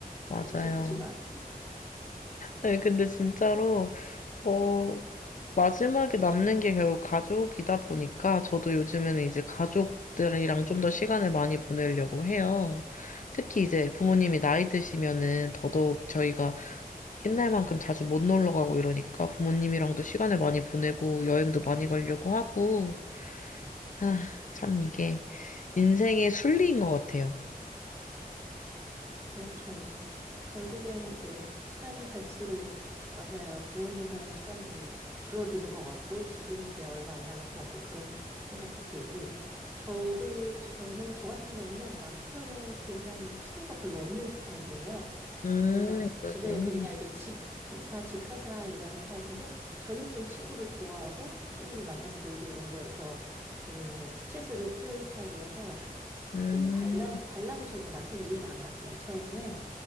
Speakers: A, on the left (about 55°); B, on the right (about 15°).
A: 맞아요.
B: 너무 슬프지만.
A: 네, 근데 진짜로, 어, 마지막에 남는 게 결국 가족이다 보니까 저도 요즘에는 이제 가족들이랑 좀 더 시간을 많이 보내려고 해요. 특히 이제 부모님이 나이 드시면은 더더욱 저희가 옛날만큼 자주 못 놀러 가고 이러니까 부모님이랑도 시간을 많이 보내고 여행도 많이 가려고 하고, 아, 참 이게 인생의 순리인 것 같아요.
B: 그렇죠. 결국에는 이제 시간이 갈수록 맞아요. 부모님과의 시간도 줄어드는 것 같고 지금 이제 얼마 안 남은 것 같고 그런 생각도 들고 저도 저는 저 같은 경우는 남편은 굉장히 친구가 별로 없는 스타일이에요.
A: 음,
B: 그래서
A: 그러시군요.
B: 집에 그냥 이제 집 회사 집 회사 이런 스타일인데 저는 좀 친구를 좋아하고 친구를 만나서 놀고 이런 거에서 저는 스트레스를 푸는 스타일이어서
A: 음,
B: 좀 달라 달라서 저는 남편이 이해가 안 갔어요. 처음엔